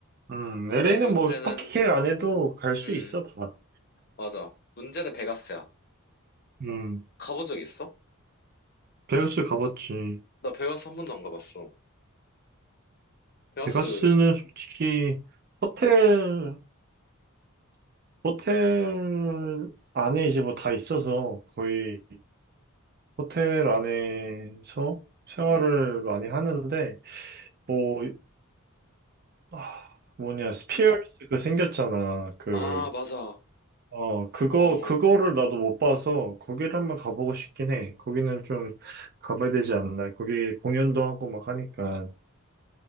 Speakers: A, on the right; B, on the left.
A: 음. LA는
B: 이제 문제는
A: 뭐 딱히 계획 안 해도 갈 수
B: 음
A: 있어, 다.
B: 맞아 문제는 베가스야
A: 음,
B: 가본 적 있어?
A: 베가스 가봤지.
B: 나 베가스 한 번도 안 가봤어 베가스
A: 베가스는 솔직히 호텔, 호텔 안에 이제 뭐 다 있어서 거의 호텔 안에서 생활을
B: 어음음음음어아
A: 많이 하는데, 뭐, 아, 뭐냐, 스피어스 그 생겼잖아. 그
B: 맞아
A: 어, 그거,
B: 어어음
A: 그거를 나도 못 봐서 거기를 한번 가보고 싶긴 해. 거기는 좀 가봐야 되지 않나. 거기 공연도 하고 막 하니까.